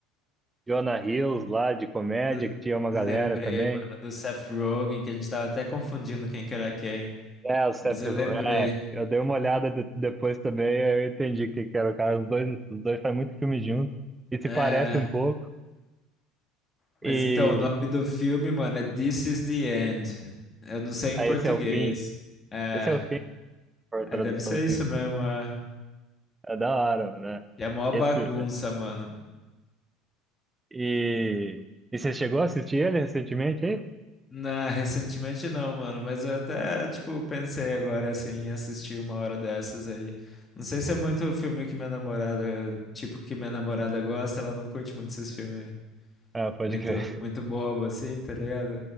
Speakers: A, on the right; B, on the left.
A: Jonah Hills lá de comédia,
B: L-
A: que tinha uma galera
B: Lembrei,
A: também.
B: mano, do Seth Rogen, que a gente tava até confundindo quem que era quem.
A: É, o Seth,
B: Mas eu lembrei.
A: é, eu dei uma olhada de- depois também, aí eu entendi que, que era o cara. Os dois, os dois fazem muito filme junto e se
B: É.
A: parecem um pouco.
B: Mas
A: E
B: então, o nome do filme, mano, é This is the End. Eu não sei em
A: aí
B: português.
A: esse é o fim.
B: É.
A: Esse é o fim, por tradução
B: É, deve ser
A: assim.
B: isso mesmo. É,
A: É da hora, mano, né?
B: E é mó
A: Esse.
B: bagunça,
A: é,
B: mano.
A: E, e você chegou a assistir ele recentemente aí?
B: Não, recentemente não, mano, mas eu até, tipo, pensei agora, assim, em assistir uma hora dessas aí. Não sei se é muito filme que minha namorada, tipo, que minha namorada gosta, ela não curte muito esses filmes
A: Ah, pode
B: muito,
A: crer. <laughs>
B: muito bobo, assim, tá ligado?